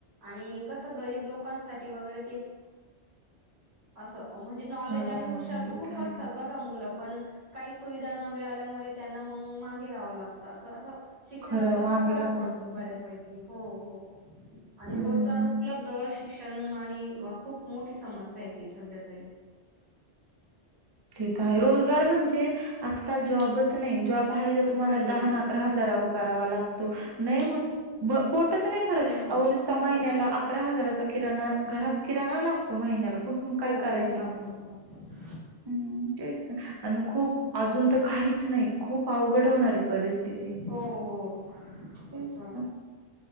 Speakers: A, on the right; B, on the right.
A: आणि कस गरीब लोकांसाठी वगर ज म्हणजे न
B: हां,
A: हु
B: ते तर
A: खप असतात
B: आहे.
A: पण काही सुविधा न मिळाल्यामुळे त्यांना मग मागे राहावं लागतं असं असं शिक्षणाचा
B: खरं
A: असा
B: मागे
A: फरक
B: राहावं
A: पडतो
B: लागतं.
A: बऱ्यापैकी हो हो आणि
B: हं.
A: रोजगार उपलब्ध शिक शण खूप मोठी समस्या आहे ती सध्या तरी
B: ते आहे रोजगार म्हणजे आजकाल जॉबच नाही जॉब आहे तर तुम्हाला
A: नाही
B: दहा
A: नाही
B: अकरा हजारा वं करावा लागतो हो पोटच नाही भरत
A: हो
B: अ नुस महिन्याला
A: होच
B: अकरा हजाराचा किराणा घरात किरा ना लागतो महिन्याला कुठून
A: हो
B: काय करायचं
A: हो लागतो
B: मग
A: ना लागतो ना
B: हम् तेच तर आणि खूप
A: हम्म हम्म.
B: अजून तर काहीच नाही खूप पावघड होणार आहे परिस्थिती
A: हो हो
B: तेच
A: असं आहे.